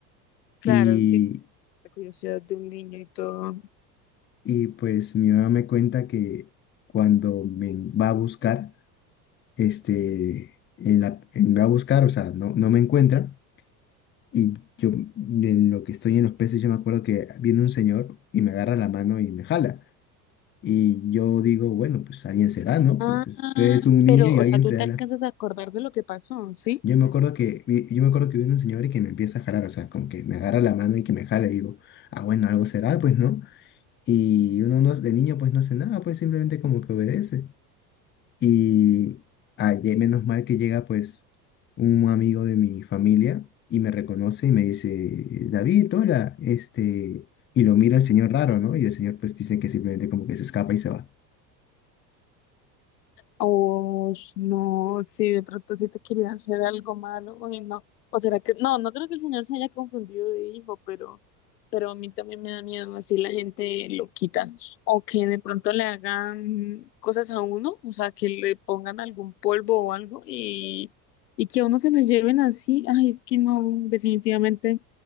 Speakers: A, on the left; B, on the left.
A: Claro,
B: y,
A: sí, la curiosidad de un niño y todo.
B: y pues mi mamá me cuenta que cuando me va a buscar, este, en la, en- me va a buscar, o sea, no, no me encuentra. Y yo, en lo que estoy en los peces, yo me acuerdo que viene un señor y me agarra la mano y me jala. Y yo digo, bueno, pues alguien será, ¿no?
A: Ah,
B: Porque tú eres un niño
A: pero,
B: y
A: o
B: alguien
A: sea, tú
B: te
A: te
B: da
A: alcanzas
B: la...
A: a acordar de lo que pasó, ¿sí?
B: Yo me acuerdo que, vi- yo me acuerdo que viene un señor y que me empieza a jalar, o sea, como que me agarra la mano y que me jala. Y digo, ah, bueno, algo será, pues, ¿no? Y uno no, de niño, pues, no hace nada, pues, simplemente como que obedece. Y ayer, menos mal que llega pues un amigo de mi familia y me reconoce y me dice, David, hola, este, y lo mira el señor raro, ¿no? Y el señor pues dice que simplemente como que se escapa y se va.
A: O no, si de pronto sí te quería hacer algo malo, o no. O será que, no, no creo que el señor se haya confundido de hijo, pero, pero a mí también me da miedo así la gente lo quita. O que de pronto le hagan cosas a uno, o sea, que le pongan algún polvo o algo y, y que a uno se lo lleven así. Ay, es que no, definitivamente,